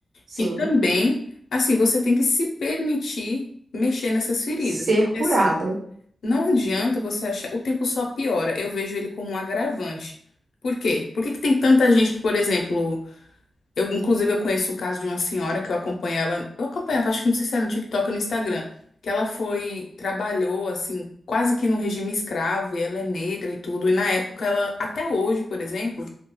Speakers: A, on the right; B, on the left.
A: Sim,
B: E também, assim, você tem que se permitir mexer nessas feridas,
A: ser
B: porque
A: curada.
B: assim, não adianta você achar, o tempo só piora. Eu vejo ele como um agravante. Por quê? Por que que tem tanta gente que, por exemplo, eu inclusive eu conheço o caso de uma senhora que eu acompanho ela, eu acompanhava, acho que não sei se era no TikTok ou no Instagram, que ela foi, trabalhou assim, quase que no regime escravo, e ela é negra e tudo, e na época ela, até hoje, por exemplo,